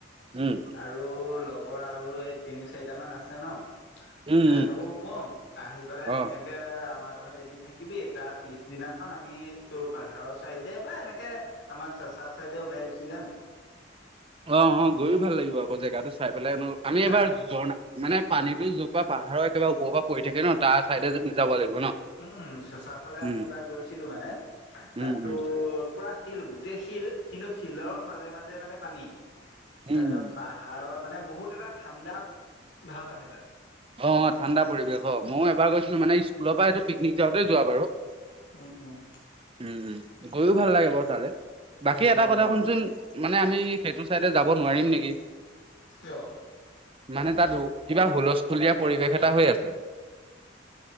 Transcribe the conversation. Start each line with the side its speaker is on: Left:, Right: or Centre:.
Right: উম।
Left: আৰু লগৰ আৰু এই তিনি চাৰিটামান আছে ন?
Right: উম
Left: সিহঁতকো
Right: উম
Left: কম আহি পেলাই
Right: অ
Left: ধুনীয়াকে <unintelligible> আমাৰ ঘৰত এদিন থাকিবি। তাৰ পিছদিনাখন আমি তোৰ পাহাৰৰ চাইডে বা এনেকে। আমাৰ চেচা চাইদে ওলাই গুচি যাম।
Right: অ অ গৈও ভাল লাগিব আকৌ জেগাটো চাই পেলাই আমি
Left: নাই
Right: এবাৰ জৰ্না মানে পানীতো পাহাৰৰ কিবা ওপৰ পৰা পৰি থাকে ন তাৰ চাইডে যাব লাগিব। ন
Left: উম চচা ফালে আমি
Right: উম
Left: এবাৰ গৈছিলো মানে
Right: উম
Left: তাতো
Right: উম
Left: পুৰা শিল গোটেই শিল শিল কিন্তু শিলৰ মাজে মাজে মানে পানী তাৰপিছত
Right: উম।
Left: পাহাৰত মানে বহুত এটা ঠাণ্ডা ভাৱ আহে তাত
Right: অ ঠাণ্ডা পৰিৱেশ অ ময়ো এবাৰ গৈছিলো মানে স্কুলৰ পৰা সেইটো পিকনিক যাওঁতে যোৱা বাৰু।
Left: উম উম।
Right: উম উম গৈও ভাল লাগে বাৰু তালে, বাকী
Left: ভাল
Right: এটা
Left: লাগিব
Right: কথা শুনচোন মানে আমি সেইটো চাইডে যাব নোৱাৰিম নেকি
Left: অ
Right: মানে তাঁত কিবা হুলস্থুলীয়া পৰিৱেশ এটা হৈ আছে